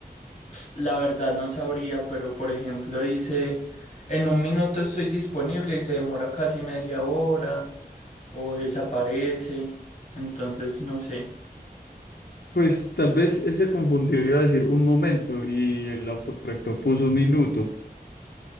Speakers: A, on the left; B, on the left.
A: La verdad no sabría, pero por ejemplo dice, en un minuto estoy disponible y se demora casi media hora o desaparece, entonces no sé.
B: Pues tal vez él se confundió. Iba a decir un momento y el autocorrector puso un minuto.